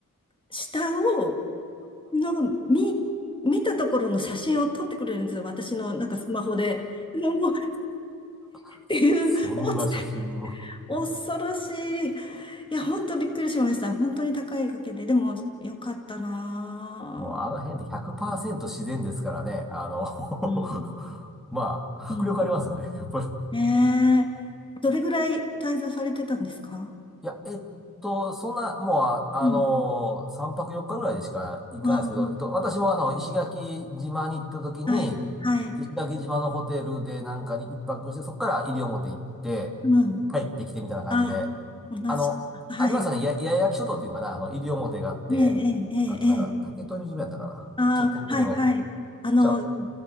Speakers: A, on the left; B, in the centre.
A: 下を、の、見、見たところの写真を撮ってくれるんですよ。私のなんかスマホで。のもう、っ
B: <laughs>
A: ていう、
B: そんな写真を。
A: 落ちた、恐ろしい。いや、本当びっくりしました。本当に高い掛かげで。でも、よかったなぁ。
B: もうあの辺って100%自然ですからね。あの
A: うん。
B: <laughs> まあ、
A: うん。
B: 迫力ありますよね。やっぱり
A: ねえ。どれぐらい滞在されてたんですか
B: いや、えっと、そんな、もう、あ、あの3泊4日ぐらいでしか行かないですけど、
A: うん。あ
B: えっと、私もあの、石垣島に行った時に、
A: あ、はい、はい。
B: 石垣島のホテルでなんかに一泊して、そこから西表行って、
A: うん。
B: 帰ってきてみたいな感じで、
A: ああ、同じ。
B: あの、
A: はい。
B: ありますよね、や、八重垣諸島っていうのかな、あの、西表があって、
A: ええ、ええ、ええ。
B: あとなんか、
A: ええ
B: 竹富島やったかな。
A: ああ、
B: ちょっと遠いところ。
A: はい、はい。あの、
B: じゃあ、